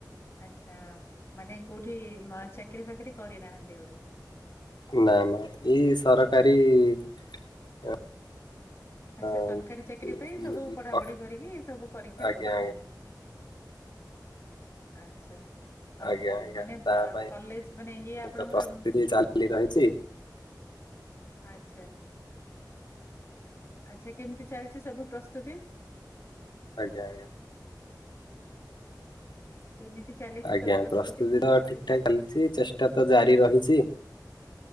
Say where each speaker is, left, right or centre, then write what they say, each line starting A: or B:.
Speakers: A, on the left; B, on the left.
A: ଆଛା ମାନେ କୋଉଠି ମ-ଚାକିରି ଫାକିରି କରିନାହାନ୍ତି ଆଉରି?
B: ନା ନା ଏଇ ସରକାରୀ ଅ
A: ଆଚ୍ଛା
B: ଆଜ୍ଞା
A: ସରକାରୀ ଚାକିରି ପାଇଁ ସବୁ ପଢାପଢି କରିକି ସବୁ ପରୀକ୍ଷା
B: ଆଜ୍ଞା
A: ଦଉଛନ୍ତି ନା? ଆଚ୍ଛା। ଆଉ
B: ଆଜ୍ଞା ଆଜ୍ଞା
A: ମାନେ
B: ତା
A: ବା
B: ପାଇଁ
A: କଲେଜ ମାନେ ଇଏ ଆପଣଙ୍କର
B: ତ ପ୍ରସ୍ତୁତି
A: ଉଁ
B: ଚାଲି ରହିଛି
A: ଆଚ୍ଛା। ଆଜି କେମିତି ଚାଲିଛି ସବୁ ପ୍ରସ୍ତୁତି?
B: ଆଜ୍ଞା ଆଜ୍ଞା।
A: କେମିତି ଚାଲିଛି
B: ଆଜ୍ଞା
A: ସବୁ
B: ପ୍ରସ୍ତୁତି
A: ଭଲ
B: ତ
A: ଭାବରେ
B: ଠିକଠାକ ଚାଲିଛି ଚେଷ୍ଟା ତ ଜାରି ରହିଛି